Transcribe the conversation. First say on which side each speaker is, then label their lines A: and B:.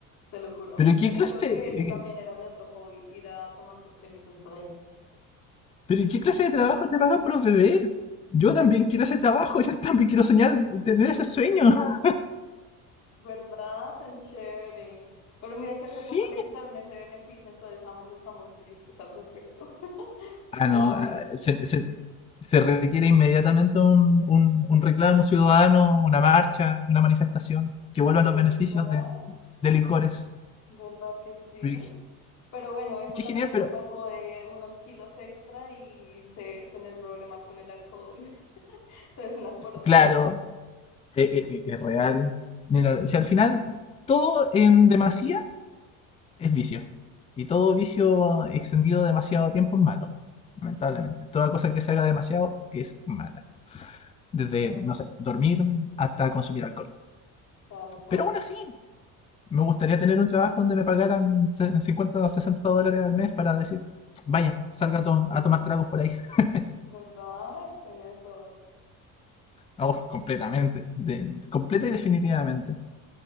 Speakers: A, on the left (about 50°); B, on the left (about 20°).
A: Te lo juro.
B: Pero
A: Entonces
B: ¿qué clase,
A: creo que
B: eh,
A: ese también era mi otro hobby, ir a tomar coctelitos por ahí.
B: Pero ¿y qué clase de trabajo te pagan por beber? Yo también quiero ese trabajo, yo también quiero soñar, tener ese sueño. <laughs>
A: ¿Verdad? Tan chévere. Pero mira que hace
B: Sí.
A: poco le quitaron ese beneficio, entonces ambos estamos tristes al respecto. <laughs>
B: Ah,
A: Pero
B: no, ah,
A: bueno, ni
B: se,
A: modo.
B: se- se requiere inmediatamente un, un- un reclamo ciudadano, una marcha, una manifestación, que vuelvan
A: ¿verdad?
B: los beneficios de, de licores.
A: ¿Verdad que sí?
B: Pero Qué
A: Pero bueno, eso
B: qué
A: también
B: genial, pero
A: nos salvó de unos kilos extra y se- tener problemas con el alcohol. <laughs> Entonces unas por otras.
B: claro, e- e- e- es, real. Mira, si al final todo en demasía es vicio. Y todo vicio extendido demasiado tiempo es malo, lamentablemente. Toda cosa que se haga demasiado
A: Mm,
B: es mala. Desde,
A: Tal,
B: no sé, dormir hasta consumir alcohol.
A: tal cual.
B: Pero aún así, me gustaría tener un trabajo donde me pagaran se- 50 o 60 dólares al mes para decir, vaya, salga a, to- a tomar tragos por ahí. <laughs>
A: ¿Verdad? El sueño de todos.
B: Oh, completamente, de- completa y definitivamente.